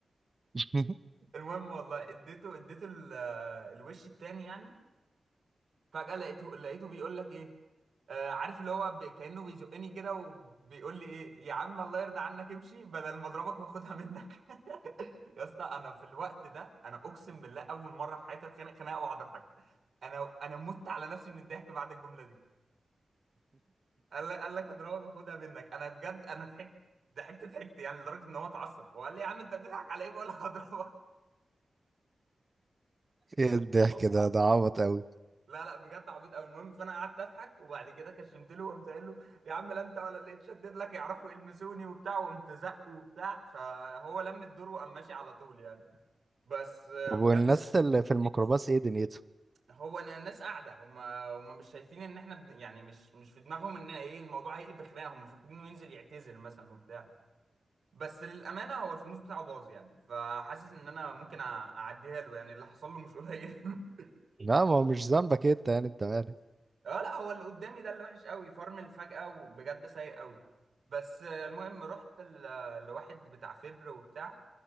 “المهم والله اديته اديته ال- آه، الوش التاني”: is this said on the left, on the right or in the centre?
Right